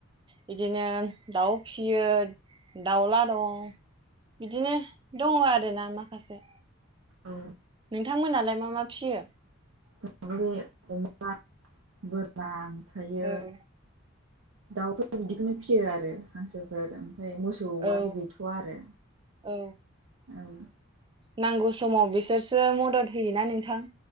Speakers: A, on the right (about 25°); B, on the right (about 75°).
A: बिदिनो दाउ फियो दाउला दं बिदिनो दङ' आरोना माखासे
B: औ
A: नोंथांमोनालाय मा मा फियो
B: थि अमा बोरमा ओमफ्रायो
A: औ
B: दाउफोर बिदिखौनो फियो आरो हांसोफोर ओमफ्राय मोसौआनो
A: औ
B: गैथ'वा आरो
A: औ
B: औ
A: नांगौ समाव बिसोरसो मदद होयोना नोंथां